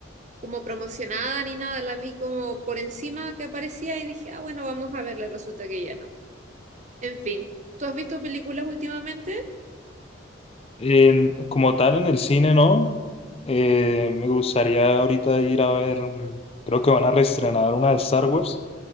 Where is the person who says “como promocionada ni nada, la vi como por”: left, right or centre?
Right